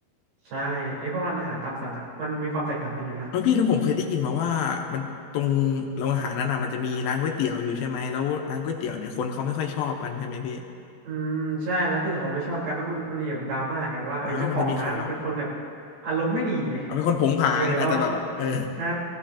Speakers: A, on the right; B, on the left.
A: ใช่ไอ้พวกร้านอาหารตามสั่งอ่ะมันมีความแตกต่างกันอยู่นะ
B: เออพี่แล้วผมเคยได้ยินมาว่ามันตรงโรงอาหารนั้นน่ะมันจะมีร้านก๋วยเตี๋ยวอยู่ใช่ไหมแล้วร้านก๋วยเตี๋ยวเนี่ยคนเขาไม่ค่อยชอบกันใช่ไหมพี่
A: อืมใช่ร้านก๋วยเตี๋ยวเขาไม่ชอบกันเพราะมันมันมีแบบดราม่าไงว่าเออเจ้าของร้านเป็นคนแบบ
B: อ้าวมันจะมีข่าว
A: อารมณ์ไม่ดีไง
B: เอาเป็นคนผงผางอาจจะแบบเออ
A: เออเราเราใช่